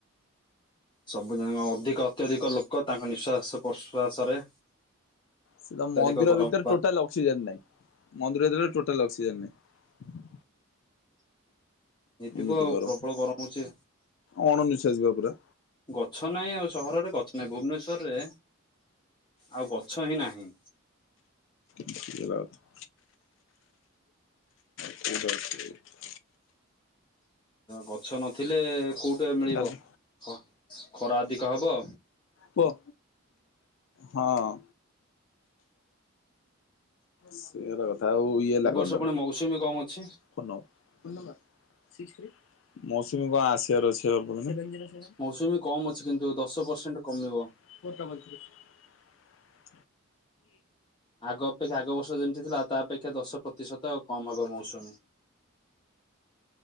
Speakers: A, on the left; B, on the left.
A: ସବୁ ଜାନ ଅଧିକ ଅତ୍ୟଧିକ ଲୋକ ତାଙ୍କ ନିଃଶ୍ଵାସ ପ୍ରଶ୍ଵାସରେ
B: ସେ ମନ୍ଦିର
A: ଅତ୍ୟଧିକ ଗରମ
B: ଭିତରେ
A: ବା
B: ଟୋଟାଲ ଅସିକ୍ସଜେନ୍ ନାଇଁ। ମନ୍ଦିର ଭିତରେ ଟୋଟାଲ ଅସିକ୍ସଜେନ ନାଇଁ।
A: ହେଇଥିବ
B: ଏମିତି
A: ଆଉ
B: ଗରମ।
A: ପ୍ରବଳ ହଉଛି।
B: ଅଣନିଶ୍ୱାସୀ ଭାବରେ।
A: ଗଛ ନାହିଁ ଆଉ ସହରରେ ଗଛ ନାହିଁ। ଭୁବନେଶ୍ୱର ରେ ଆଉ ଗଛ ହିଁ ନାହିଁ।
B: <unintelligible> <unintelligible>
A: ଗଛ ନଥିଲେ କୋଉଟା ରେ ମିଳିବ
B: କାଲି
A: ହଁ ଖରା ଅଧିକ ହବ।
B: କୁହ ହଁ। ସିଏ ହେଲା କଥା ଆଉ ଇଏ ହେଲା
A: ଏ ବର୍ଷ
B: ଗଧ
A: ପୁଣି ମୌସୁମୀ କମ ଅଛି।
B: ମୌସୁମୀ କଣ ଆସିବାର ଅଛି କହୁଛନ୍ତି।
A: ମୌସୁମୀ କମ ଅଛି କିନ୍ତୁ ଦଶ ପରସେଣ୍ଟ କମିବ।
B: <unintelligible>
A: ଆଗ ଅପେକ୍ଷା ଆଗ ବର୍ଷ ଯେମିତି ଥିଲା ତା ଅପେକ୍ଷା ଦଶ ପ୍ରତିଶତ କମ ହବ ମୌସୁମୀ।